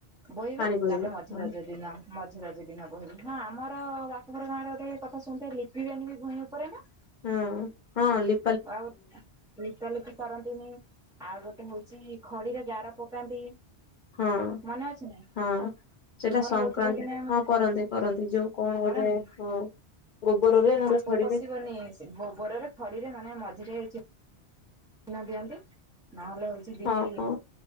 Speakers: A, in the centre; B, on the left.
A: ବୋହି
B: ପାଣି
A: ବେ
B: ବୋହିବେ।
A: ତାପରେ ମଝି
B: ହଁ
A: ରଜ ଦିନ। ମଝି ରଜ ଦିନ ବହିିବ ହଁ ଆମର ବାପଘର ଗାଁରେ ଗୋଟେ କଥା ଶୁଣିତେ ଲିପିବେନି ଭୂଇଁ ଉପରେ ନା?
B: ହୁଁ ହଁ ଲି
A: ଆଉ ଲିପାଲିପି କରନ୍ତିନି ଆଉ ଗୋଟେ ହଉଚି ଖଡିରେ ଗାର ପକାନ୍ତି।
B: ହଁ।
A: ମନେ ଅଛି ନା?
B: ହଁ ସେଇଟା
A: ତୁମର
B: ସଂକ୍ରାନ୍ତି
A: ହଉଥିବ କି ନାଇଁ ମାନେ
B: ହଁ କରନ୍ତି କରନ୍ତି ଯୋଉ କଣ
A: କରନ୍ତି
B: ଗୋଟେ ହଁ ଗୋବରରେ ନହେଲେ
A: ସାପ
B: ଖଡିରେ।
A: ପଶିବନି ଗୋବରରେ ଖଡି ରେ ମାନେ ମଝିରେ <unintelligible> ନ ଦିଅନ୍ତି ନହେଲେ ହଉଛି ଦିଲି
B: ହଁ